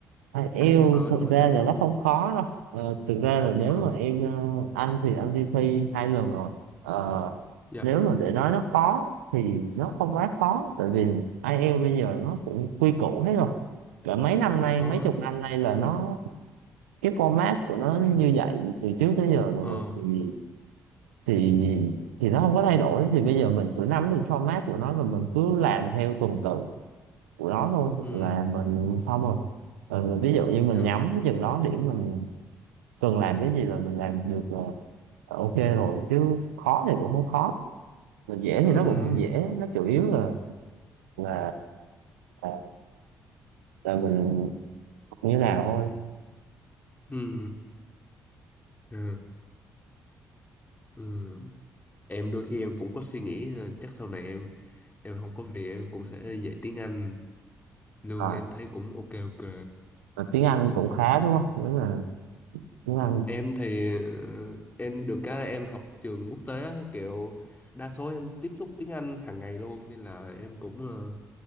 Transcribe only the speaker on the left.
IELTS ờ
đúng rồi
IELTS
cũng khó
dạ
ờ
ờ
ừ
dạ
ừ
ừ ừ ừ em đôi khi em cũng có suy nghĩ ờ, chắc sau này em em không có việc em cũng sẽ dạy tiếng Anh lương
em thấy cũng ok ok
cũng
ổn
em thì ờ, em được cái là em học trường quốc tế á, kiểu đa số em tiếp xúc tiếng Anh hàng ngày luôn nên là em cũng ờ,